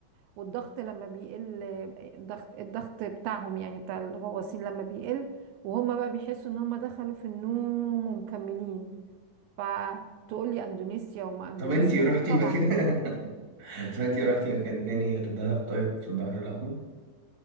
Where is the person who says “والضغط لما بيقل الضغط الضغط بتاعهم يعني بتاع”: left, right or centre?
Right